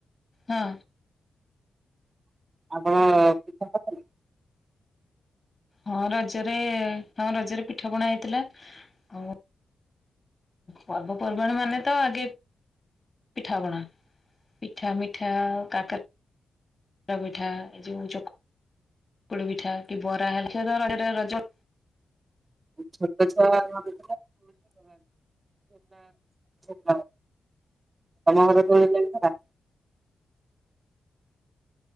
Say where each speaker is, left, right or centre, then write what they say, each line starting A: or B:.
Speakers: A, on the left; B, on the right.
A: ହଁ।
B: ଆପଣ ପିଠା କରିଥିଲେ?
A: ହଁ ରଜରେ ହଁ ରଜରେ ପିଠା ପଣା ହେଇଥିଲା। ଆଉ ପର୍ବପର୍ବାଣି ମାନେ ତ ଆଗେ ପିଠାପଣା। ପିଠା ମିଠା କାକରା ପିଠା ଏ ଯୋଉ ଚକୁଳି ପିଠା କି ବରା ହେଲା ଜାଣିଥିବ ତ ରଜଟା ରଜ ଭଳିଆ
B: ଛୋଟଛୁଆ <unintelligible> <unintelligible> ତମ ଘର ପୁଣି କେନ୍ଦରା?